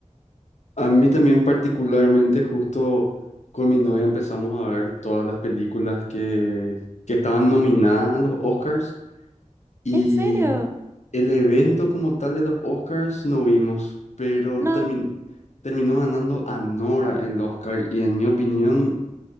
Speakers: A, on the left (about 65°); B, on the right (about 20°).
A: A mí también particularmente, justo con mi novia empezamos a ver todas las películas que, que estaban nominadas a los Oscars y
B: ¿En serio?
A: el evento como tal de los Oscars no vimos, pero
B: No,
A: termin- terminó ganando Anora el Oscar y en mi opinión